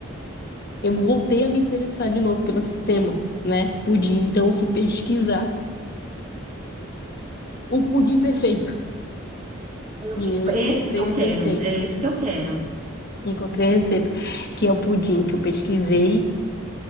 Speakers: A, on the left; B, on the right.
A: eu voltei a me interessar de novo pelo esse tema, né? Pudim. Então, eu fui pesquisar o pudim perfeito.
B: Eu
A: E
B: que-
A: eu encontrei
B: esse que eu quero,
A: a receita.
B: é esse que eu quero.
A: Encontrei a receita, que é o pudim que eu pesquisei.